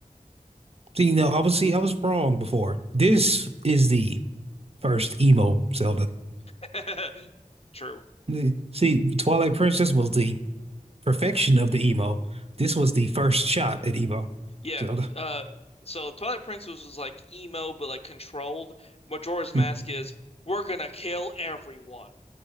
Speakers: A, on the right; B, on the left.
A: So you know, obviously I was wrong before. This is the first emo Zelda.
B: <laughs> True.
A: Mm. See, Twilight Princess was the perfection of the emo. This was the first shot at emo
B: Yeah,
A: Zelda.
B: uh, so Twilight Princess was like emo, but like controlled. Majora's Mask
A: Hmm.
B: is we're gonna kill everyone.